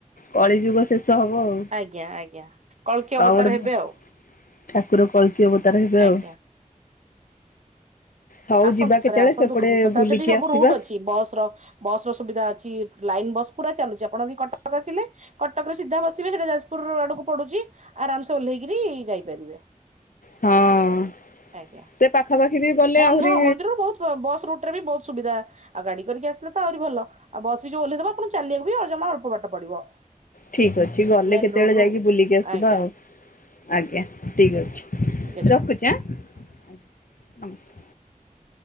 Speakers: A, on the left; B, on the right.
A: କଳିଯୁଗ ଶେଷ ହବ ଆଉ।
B: ଆଜ୍ଞା। ଆଜ୍ଞା। କଳ୍କୀ
A: ଆଉ
B: ଅବତାର
A: ଗୋଟେ
B: ହେବେ ଆଉ।
A: ଠାକୁର କଳକୀ ଅବତାର ହେବେ
B: ଆଜ୍ଞା
A: ଆଉ। ହଉ
B: ଆସନ୍ତୁ,
A: ଯିବା
B: ଥରେ
A: କେତେବେଳେ
B: ଆସନ୍ତୁ।
A: ସେପଟେ
B: ତାର
A: ବୁଲିକି
B: ସେଠି ସବୁ
A: ଆସିବା।
B: ରୁଟ ଅଛି। ବସ ର ବସ୍ ର ସୁବିଧା ଅଛି। ଲାଇନ ବସ୍ ପୁରା ଚାଲୁଛି, ଆପଣ ଯଦି କଟକ ଆସିଲେ କଟକରେ ସିଧା ବସିବେ, ସେଟା ଯାଜପୁର ରୋଡ଼ ଆଡକୁ ପଡୁଛି, ଆରାମ ସେ ଓହ୍ଲେଇକରି ଯାଇପାରିବେ।
A: ହଁ,
B: ଆଜ୍ଞା
A: ସେ ପାଖାପାଖି ବି ଗଲେ
B: ହଁ,
A: ଆହୁରି
B: ମନ୍ଦିରରୁ ବହୁତ ବସ୍ ରୁଟରେ ବି ବହୁତ ସୁବିଧା। ଆଉ ଗାଡି କରିକି ଆସିଲେ ତ ଆହୁରି ଭଲ। ଆଉ ବସ୍ ବି ଯୋଉ ଓଲେହି ଦେବ, ଆପଣ ଚାଲିବାକୁ ବି ଆଉ ଜମା ଅଳ୍ପ ବାଟ ପଡିବ।
A: ଠିକ୍ ଅଛି। ଗଲେ
B: ମେନ
A: କେତେବେଳେ
B: ରୋଡ ରୁ
A: ଯାଇକି ବୁଲିକି ଆସିବା
B: ଆଜ୍ଞା
A: ଆଉ, ଆଜ୍ଞା ଠିକ୍ ଅଛି।
B: ଠିକ ଅଛି ମ୍ୟାଡାମ
A: ରଖୁଛି ଆଁ? ଆଜ୍ଞା। ନମସ୍କାର।